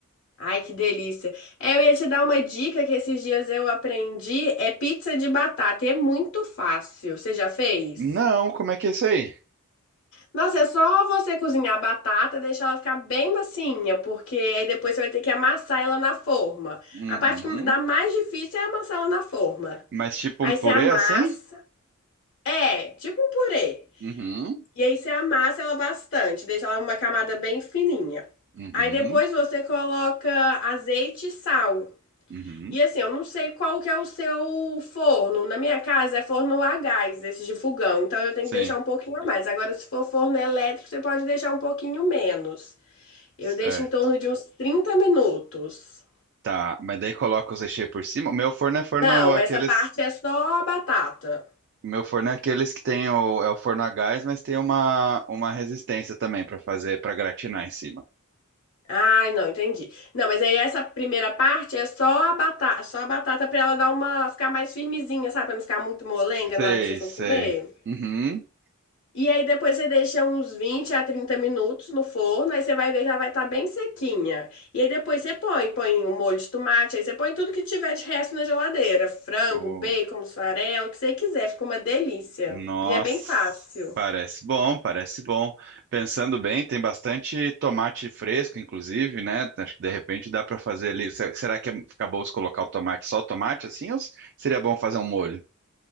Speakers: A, on the left (about 60°); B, on the right (about 50°).
A: Ai, que delícia. É, eu ia te dar uma dica que esses dias eu aprendi, é pizza de batata, e é muito fácil. Você já fez?
B: Não, como é que é isso aí?
A: Nossa, é só você cozinhar a batata, deixar ela ficar bem macinha, porque aí depois você vai ter que amassar ela na forma.
B: Uhum.
A: A parte que dá mais difícil é amassar ela na forma.
B: Mas tipo
A: Aí
B: um purê
A: você amassa,
B: assim?
A: é, tipo um purê.
B: Uhum.
A: E aí você amassa ela bastante, deixa ela uma camada bem fininha.
B: Uhum.
A: Aí depois você coloca azeite e sal.
B: Uhum.
A: E assim, eu não sei qual que é o seu forno. Na minha casa é forno a gás, esse de fogão. Então eu tenho
B: Sim.
A: que deixar um pouquinho a mais. Agora, se for forno elétrico, você pode deixar um pouquinho menos. Eu
B: Certo.
A: deixo em torno de uns 30 minutos.
B: Tá, mas daí coloca os recheios por cima. O meu forno é forno
A: Não,
B: aqueles,
A: essa parte é só a batata.
B: o meu forno é aqueles que tem o é o forno a gás, mas tem uma uma resistência também pra fazer, pra gratinar em cima.
A: Ai, não, entendi. Não, mas aí essa primeira parte é só a batata, só a batata para ela dar uma ficar mais firmezinha, sabe? Para não ficar muito molenga
B: Sei,
A: na hora que você for
B: sei.
A: comer.
B: Uhum.
A: E aí depois você deixa uns 20 a 30 minutos no forno, aí você vai ver que ela vai estar bem sequinha. E aí depois você põe, põe o molho de tomate, aí você põe tudo que tiver de resto na geladeira, frango,
B: O-
A: bacon, mussarela, o que você quiser, fica uma delícia.
B: Nossa,
A: E é bem fácil.
B: parece bom, parece bom. Pensando bem, tem bastante tomate fresco, inclusive, né? Acho que de repente dá para fazer ali. Será será que fica bom se colocar o tomate, só o tomate assim, ou seria bom fazer um molho?